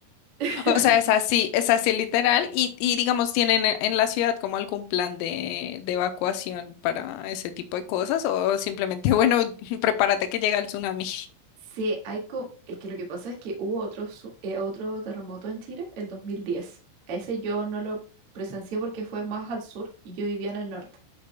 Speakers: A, on the right; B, on the left.
A: <laughs>
B: O sea, es así, es así literal y, y digamos, ¿tienen e- en la ciudad como algún plan de, de evacuación para ese tipo de cosas o simplemente, bueno, <laughs> prepárate que llega el tsunami?
A: sí, hay co- es que lo que pasa es que hubo otro, su- eh, otro terremoto en Chile, el 2010. Ese yo no lo presencié porque fue más al sur y yo vivía en el norte.